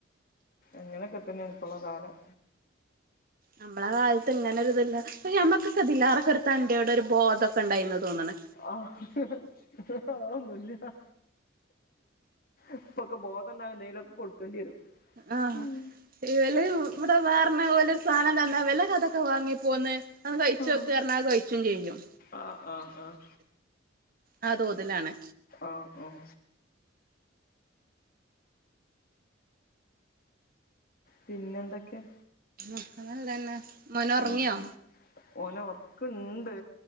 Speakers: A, on the left; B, on the right.
A: ഇങ്ങനെയൊക്കെത്തന്നെയാണ് ഇപ്പുള്ള കാലം
B: നമ്മളെ കാലത്ത് ഇങ്ങനെ ഒരു ഇതില്ല ഇയ്യോ അമ്മക്കൊക്കെ ഇതില്ലാറെക്കൊറെ തന്റേടോ ഒരു ബോധൊക്കെ ഉണ്ടായിന്നാ തോന്നണെ
A: ആഹ് ആഹ് ഒന്നുല്ല്യാ ഇപ്പൊക്കെ ബോധം ഉണ്ടാവാൻ എന്തേലൊക്കെ കൊടുക്കേണ്ടി വരും
B: ആഹ്
A: ഉം
B: ഇവല് ഇവിടെ വേറണ പോലൊരു സാധനം തന്നാ ഇവലകതൊക്കെ വാങ്ങി പോന്ന് അത് കഴിച്ചോക്ക്
A: ആഹ്
B: പറഞ്ഞാ കഴിച്ചും ചെയ്യും
A: ആഹ് ആഹ് ആഹ്
B: ആഹ് തോതിലാണ്
A: ആഹ് -ആഹ് പിന്നെന്തൊക്കെയാ
B: ഒക്കെ നല്ലന്നെ മോനൊറങ്ങിയോ
A: ഉം ഓന് ഒറക്കുണ്ട്